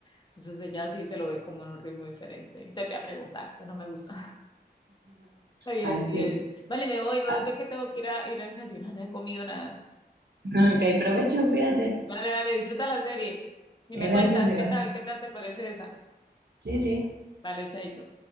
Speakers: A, on the left; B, on the right.
A: entonces ella sí se lo ve como en un ritmo diferente. Te voy a preguntar, esto no me gusta. <laughs> Bien,
B: Así.
A: bien. Vale, me voy, me voy
B: Ah,
A: porque tengo que ir a, ir a desayunar, no he comido nada.
B: Ok, provecho, fíjate.
A: Vale, vale, disfruta la serie. Y
B: Gracias,
A: me cuentas,
B: igual.
A: ¿qué tal? ¿Qué tal te parece esa?
B: Sí, sí.
A: Vale, chaito.